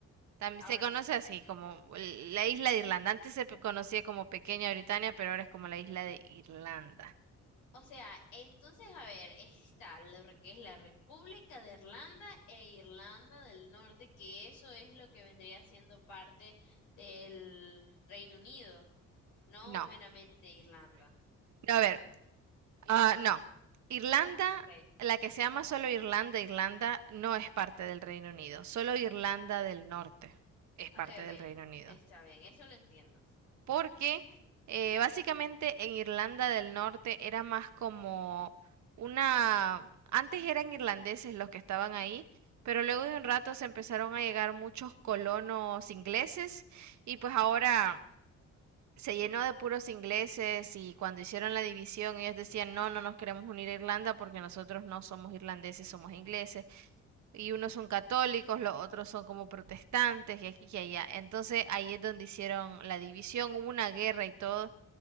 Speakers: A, on the right (about 70°); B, on the left (about 85°).
A: También
B: Ahora
A: se conoce
B: sí.
A: así como la isla de Irlanda. Antes se pe- conocía como Pequeña Britania, pero ahora es como la isla de Irlanda.
B: O sea, entonces, a ver, está lo que es la República de Irlanda e Irlanda del Norte, que eso es lo que vendría siendo parte del Reino Unido, no
A: No,
B: meramente Irlanda.
A: no, a ver, ah, no. Irlanda,
B: Ok,
A: la que se llama solo Irlanda, Irlanda, no es parte del Reino Unido. Solo Irlanda del Norte es parte
B: ok, ok,
A: del Reino Unido.
B: está bien, eso lo entiendo.
A: porque eh, básicamente en Irlanda del Norte era más como una... Antes eran irlandeses los que estaban ahí, pero luego de un rato se empezaron a llegar muchos colonos ingleses y pues ahora se llenó de puros ingleses y cuando hicieron la división ellos decían, no, no nos queremos unir a Irlanda porque nosotros no somos irlandeses, somos ingleses. Y unos son católicos, los otros son como protestantes y aquí y allá. Entonces ahí es donde hicieron la división, hubo una guerra y todo.